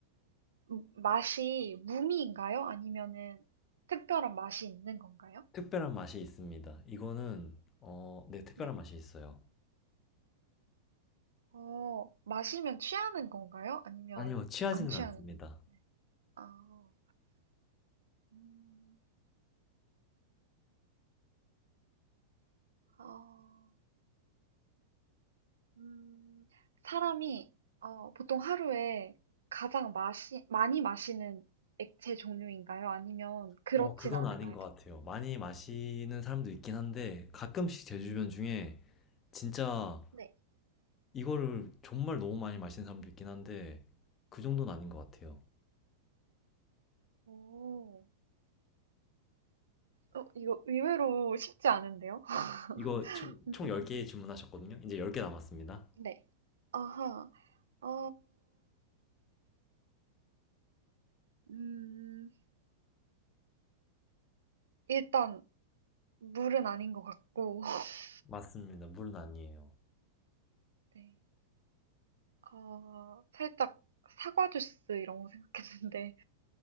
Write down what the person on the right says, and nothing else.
음, 맛이 무미인가요? 아니면은 특별한 맛이 있는 건가요?
네.
어, 마시면 취하는 건가요? 아니면
안 취하는?
네. 아, 음, 아, 음, 사람이 어, 보통 하루에 가장 마시, 많이 마시는 액체 종류인가요? 아니면 그렇진
않은가요?
네.
오, 어, 이거 의외로 쉽지 않은데요? <laughs>
음,
네. 아하. 어, 음, 일단 물은 아닌 것 같고, <laughs>
네. 어, 살짝 사과 주스 이런 거 생각했는데,